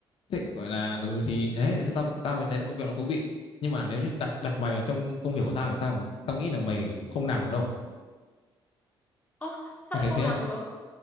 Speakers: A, on the left; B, on the left.
A: Thích gọi là ừ thì đấy nên tao tao mới thấy nó công việc nó thú vị. Nhưng mà nếu như đặt đặt mày vào trong công việc của tao thì tao tao nghĩ là mày cũng không làm được đâu.
B: Ơ, sao
A: Mày
B: lại
A: thấy
B: không
A: thế
B: làm
A: không?
B: được?